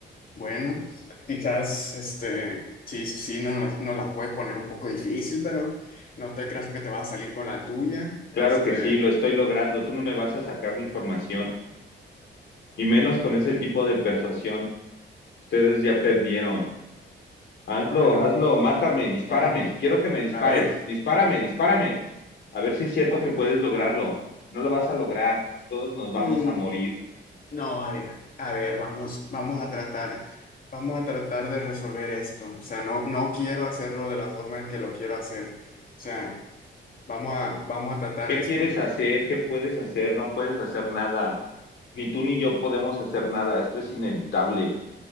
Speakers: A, on the left (about 45°); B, on the left (about 65°).
A: Bueno, quizás este, sí, sí no las, no las puedes poner un poco difícil, pero no te creas que te vas a salir con la tuya.
B: Claro
A: Este,
B: que sí, lo estoy logrando. Tú no me vas a sacar ni información. Y menos con ese
A: eh,
B: tipo de persuasión. Ustedes ya perdieron. Hazlo,
A: bueno,
B: hazlo, mátame, dispárame.
A: bueno,
B: Quiero que me dispares.
A: a ver.
B: Dispárame, dispárame. A ver si es cierto
A: ah,
B: que puedes lograrlo. No lo vas a lograr. Todos nos vamos
A: Mm,
B: a morir.
A: no, a ver, a ver, vamos, vamos a tratar, vamos a tratar de resolver esto. O sea, no, no quiero hacerlo de la forma en que lo quiero hacer. O sea, vamos a, vamos a tratar
B: ¿Qué
A: esto.
B: quieres hacer? ¿Qué puedes hacer? No puedes hacer nada. Ni tú ni yo podemos hacer nada. Esto es inevitable.